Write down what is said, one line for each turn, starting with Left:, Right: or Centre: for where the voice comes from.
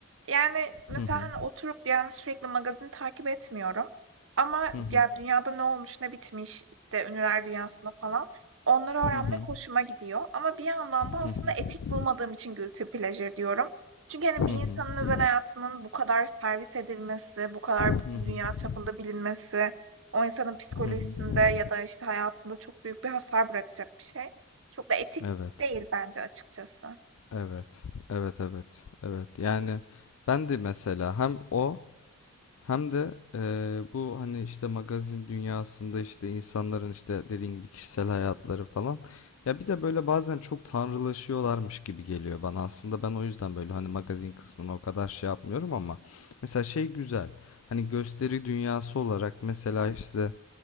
Right: yani, mesela,
Left: Hı hı.
Right: hani, oturup, yani, sürekli magazin takip etmiyorum ama,
Left: Hı hı.
Right: yani, dünyada ne olmuş, ne bitmiş, işte, ünlüler dünyasında falan, onları öğrenmek
Left: Hı hı.
Right: hoşuma gidiyor ama bir yandan da aslında
Left: Hı hı.
Right: etik bulmadığım için guilty pleasure diyorum. Çünkü, hani,
Left: Hı
Right: bir insanın
Left: hı.
Right: özel hayatının bu kadar servis edilmesi, bu kadar
Left: Hı
Right: bütün
Left: hı.
Right: dünya çapında bilinmesi, o insanın psikolojisinde
Left: Hı hı.
Right: ya da, işte, hayatında çok büyük bir hasar bırakacak bir şey. Çok da etik
Left: Evet.
Right: Değil bence açıkçası.
Left: Evet. Evet, evet. Evet. Yani ben de mesela hem o Hem de eee, bu hani işte magazin dünyasında işte insanların işte dediğin gibi kişisel hayatları falan. Ya bir de böyle bazen çok tanrılaşıyorlarmış gibi geliyor bana. Aslında ben o yüzden böyle hani magazin kısmına o kadar şey yapmıyorum ama mesela şey güzel. Hani gösteri dünyası olarak mesela işte